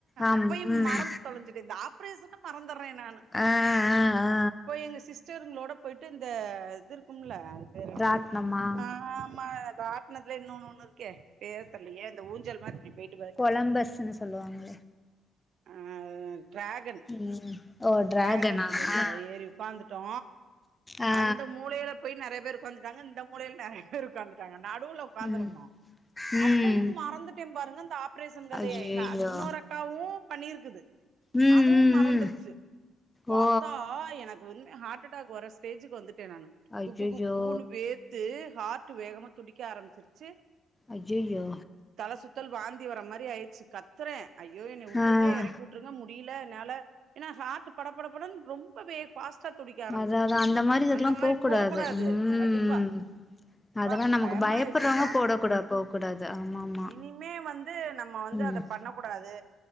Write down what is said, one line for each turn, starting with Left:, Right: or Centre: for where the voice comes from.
Left: ஆம்
Right: அப்பயும்
Left: ம்
Right: மறந்து தொலஞ்சுட்டே இந்த ஆப்ரேஷன மறந்துட்றே நானு
Left: ஆ ஆ ஆ
Right: போய் எங்க சிஸ்டருங்களோட போயிட்டு இந்த இது இருக்கும்ல பேர் என்ன
Left: ராட்னமா
Right: ஆ ஆமா ராட்னத்துலே இன்னொன்னு ஒன்னு இருக் கே பேர் தெர்லயே இந்த ஊஞ்சல் மாரி இப்டி போய்ட்
Left: கொலம்பஸ்ஸுனு சொல்லுவாங்க
Right: அ அது டிராகன்
Left: ம் ஓ
Right: டிராகன்
Left: டிராகனா
Right: இதுல்ல
Left: ஆ
Right: ஏறி ஒக்காந்து ட்டோ
Left: ஆ ஆ
Right: அந்த மூலைல போய் நெறைய பேர் ஒக்காந்துட்டாங்க இந்த மூலைல நெறைய பேர் ஒக்காந்துட்டாங்க நடுல ஒக்காந்துருந்தோ
Left: ம் ம்
Right: அப்பயும் மறந்துட்டே பாருங்க இந்த ஆப்ரேஷன் கதைய
Left: ஐய்யய்யோ
Right: எங்க இன்னொரு அக்காவு பண்ணிருக்குது
Left: ம்
Right: அதுவு
Left: ம்
Right: மறந்துருச்சு
Left: ம்
Right: பாத்தா
Left: ஓ
Right: எனக்கு வந்து ஹார்ட்டடாக் வரஸ் ஸ்டேஜுக்கு வந்துட்டே நானு
Left: ஐய்யய்யோ
Right: குப்பு குப்பு குபுன்னு வேர்த்து ஹார்ட்டு வேகமா துடிக்க ஆரம்மிச்சிருச்சு
Left: ஐயயோ
Right: தல சுத்தல் வாந்தி வர மாரி ஆயிருச்சு கத்துறே ஐயோ என்ன வுட்ருங்க
Left: ஆ
Right: எறக்கி வுட் ட்ருங்க முடியல என்னால ஏனா ஹார்ட்டு பட பட படனு ரொம்பவே ஃபாஸ்ட் ட்டா துடிக்க ஆரம்மிச்சிருச்சு
Left: அதா அதா மாரி இதுக்கெல்லா
Right: அந்த மாரி
Left: போ
Right: போக் கூடாது
Left: ம்
Right: கண்டிப்பா அப்பா
Left: அதெல்லா நமக்கு
Right: பயமயிருச்சு
Left: பயப்படுறவங்க
Right: சாமி
Left: போடக்கூடா போக்கூடாது ஆமா ஆமா
Right: இனிமே வந்து நம்ம வந்து
Left: ம்
Right: அத பண்ண கூடாது